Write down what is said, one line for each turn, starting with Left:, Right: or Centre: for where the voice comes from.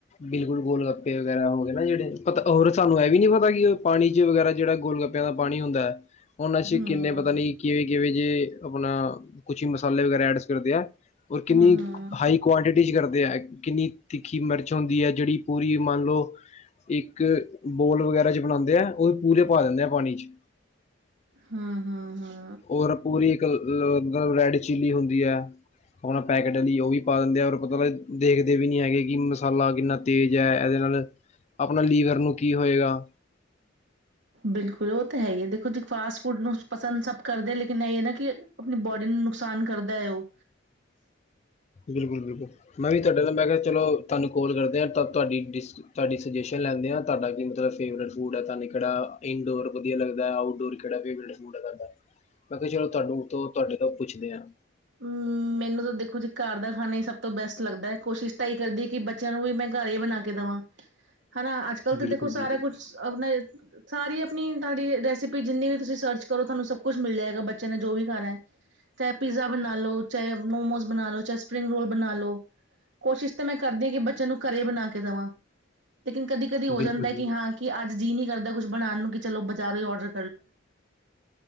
Left: ਬਿਲਕੁਲ ਗੋਲ ਗੱਪੇ ਵਗੈਰਾ ਹੋ ਹੈ ਨਾ ਜਿਹੜੇ, ਪਤਾ ਹੋਰ ਸਾਨੂੰ ਇਹ ਵੀ ਨੀ ਪਤਾ ਕਿ ਪਾਣੀ ਚ ਵਗੈਰਾ, ਜਿਹੜਾ ਗੋਲ ਗੱਪਿਆਂ ਦਾ ਪਾਣੀ ਹੁੰਦਾ ਹੈ। ਹੁਣ ਅਸੀਂ
Right: ਹਮ
Left: ਕਿੰਨੇ ਪਤਾ ਨੀ, ਕਿਵੇਂ ਕਿਵੇਂ ਜੇ ਆਪਣਾ ਕੁਛ ਮਸਾਲੇ ਵਗੈਰਾ ਐਡ ਕਰਦੇ ਆ। ਔਰ ਕਿੰਨੀ
Right: ਹਮ ਹਮ
Left: ਹਾਈ ਕੁਆਂਨਟਿਟੀ ਚ ਕਰ ਤੇ ਐ ਕਿੰਨੀ ਤਿੱਖੀ ਮਿਰਚ ਹੁੰਦੀ ਹੈ, ਜਿਹੜੀ ਪੂਰੀ ਮੰਨ ਲੋ ਇੱਕ ਬੋਲ ਵਗੈਰਾ ਚ ਬਣਾਉਂਦੇ ਐ, ਔ ਵੀ ਪੂਰੇ ਪਾ ਦਿੰਦੇ ਐ ਪਾਣੀ ਚ।
Right: ਹਾਂ ਹਾਂ ਹਾਂ
Left: ਔਰ ਪੂਰੀ ਇੱਕ ਰੈਡ ਚਿੱਲੀ ਹੁੰਦੀ ਹੈ। ਆਪਣਾ ਪੈਕੇਟ ਲਈ ਔ ਵੀ ਪਾ ਦਿੰਦੇ ਐ, ਔਰ ਪਤਾ ਦੇਖਦੇ ਵੀ ਨੀ ਹੈਗੇ ਕਿ ਮਸਾਲਾ ਕਿੰਨਾ ਤੇਜ਼ ਹੈ, ਇਹਦੇ ਨਾਲ ਨਾਲ, ਆਪਣਾ ਲੀਵਰ ਨੂੰ ਕੀ ਹੋਏਗਾ।
Right: ਬਿਲਕੁਲ ਔ ਤਾਂ ਹੈ ਹੀ ਹੈ, ਦੇਖੋ ਜੀ ਫਾਸਟ ਫੂਡ ਨੂੰ ਪਸੰਦ ਸਭ ਕਰਦੇ, ਲੇਕਿਨ ਇਹ ਨਾ ਕਿ, ਆਪਣੀ ਬੋਡੀ ਨੂੰ ਨੁਕਸਾਨ ਕਰਦਾ ਹੈ, ਔ
Left: ਬਿਲਕੁਲ ਬਿਲਕੁਲ, ਮੈਂ ਵੀ ਤੁਹਾਡੇ ਨਾਲ ਮੈਂ ਕਿਹਾ ਚਲੋ ਤੁਹਾਨੂੰ ਕੋਲ ਕਰਦੇ ਆਂ, ਤਦ ਤੁਹਾਡੀ ਤੁਹਾਡੀ ਸੂਜੈਸ਼ਨ ਲੈਂਦੇ ਆ, ਤੁਹਾਡਾ ਕਿ ਮਤਲਬ ਫੇਵਰਟ ਫੂਡ ਐ, ਪਤਾ ਨੀ ਕੇੜਾ ਇੰਡੋਰ ਵਧੀਆ ਲੱਗਦਾ ਆਊਟਡੋਰ ਕੇੜਾ ਫ਼ੇਵਰੇਟ ਫੂਡ ਹੈਗਾ ਤੁਹਾਡਾ, ਮੈਂ ਕਿਹਾ ਚਲੋ ਤੁਹਾਂਨੂੰ, ਤੁਹਾਡੇ ਤੋਂ ਪੁੱਛਦੇ ਪੁੱਛਨੇ ਆ।
Right: ਹੂੰ, ਮੈਨੂੰ ਤਾਂ ਦੇਖੋ ਜੀ ਘਰ ਦਾ ਖਾਣਾ ਹੀ ਸਭ ਤੋਂ ਬੈਸਟ ਲੱਗਦਾ ਹੈ, ਕੋਸ਼ਿਸ਼ ਤਾਂ ਇ ਕਰਦੀ, ਕਿ ਬੱਚਿਆਂ ਨੂੰ ਵੀ ਮੈਂ ਘਰ ਹੀ ਬਣਾ ਕੇ ਦੇਵਾਂ। ਹੈਨਾ ਅੱਜ ਕੱਲ੍ਹ ਤਾਂ
Left: ਬਿਲਕੁਲ
Right: ਦੇਖੋ ਸਾਰਾ
Left: ਬਿਲਕੁਲ
Right: ਕੁਛ, ਆਪਣਾ ਸਾਰੀ ਆਪਣੀ ਤੁਹਾਡੀ ਰੈਸਪੀ ਜਿੰਨੀ ਵੀ ਤੁਸੀਂ ਸਰਚ ਕਰੋ, ਤੁਹਾਨੂੰ ਸਭ ਕੁਛ ਮਿਲ ਜਾਏਗਾ, ਬੱਚਿਆਂ ਨੇ ਜੋ ਵੀ ਖਾਣਾ ਹੈ, ਚਾਹੇ ਪੀਜ਼ਾ ਬਣਾ ਲੋ, ਚਾਹੇ ਮੋਮੋਸ ਬਣਾ ਲੋ, ਚਾਹੇ ਸਪਰਿੰਗ ਰੋਲ ਬਣਾ ਲੋ, ਕੋਸ਼ਿਸ਼ ਤਾਂ ਮੈਂ ਕਰਦੀ ਹਾਂ, ਕਿ ਬੱਚੇ ਬੱਚਿਆਂ ਨੂੰ ਘਰੇ ਹੀ ਬਣਾ ਕੇ ਦਵਾਂ, ਲੇਕਿਨ ਕਦੀ ਕਦੀ ਹੋ
Left: ਬਿਲਕੁਲ
Right: ਜਾਂਦਾ
Left: ਬਿਲਕੁਲ
Right: ਕਿ ਹਾਂ, ਕਿ ਅੱਜ ਜੀ ਨੀ ਕਰਦਾ ਕੁਛ ਬਣਾਉਣ ਨੂੰ, ਕਿ ਚਲੋ ਬਜ਼ਾਰੋਂ ਹੀ ਔਰਡਰ